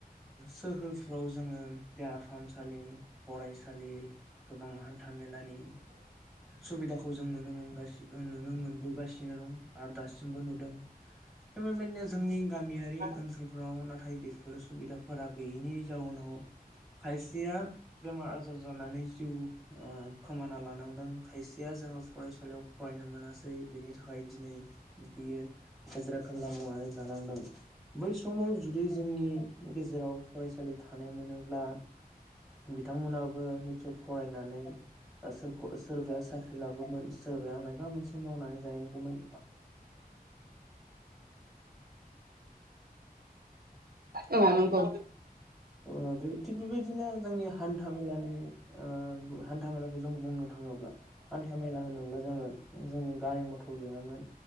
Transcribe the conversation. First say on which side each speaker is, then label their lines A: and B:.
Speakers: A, in the centre; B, on the right (about 75°).
A: सोहोरफ्राव जोङो देहा फाहामसालि फरायसालि सालि गोबां हान हान्थाामेलानि सुबिदाखौ जों नुनो मोनगासि नुनो मोनबोगासिनो दं आरो दासिमबो नुदों बेबायदिनो जोंनि गामियारि ओनसोलफोराव
B: औ
A: नाथाय बेफोर सुबिदाफोरा गैयैनि जाउनाव खायसेया बेमार आजार जानानै जिउ खोमाना लानांदों खायसेया जोङो फरायसालियाव फरायनो मोनासै बेनि थाख थाखाय दिनै बियो हाजिरा खामला मावनानै जानांदों बै समाव जुदि जोंनि गेजेराव फरायसालि थानाय मोनोब्ला बिद बिथांमोनहाबो निस फरायनानै ओ सोरखौ सोरबाया साख्रि लागौमोन सोरबाया मायबा मोनसे मावनानै जाहैगौमोन
B: औ नंगौ।
A: ओ बे थिग बेबायदिनो जोंनि हान्था मेलानि ओ हान्था मेलाखौ जों बुंनो थाङोब्ला हान्था मेला होनोब्ला जोङो जोंनि गारि मथर गैयामोन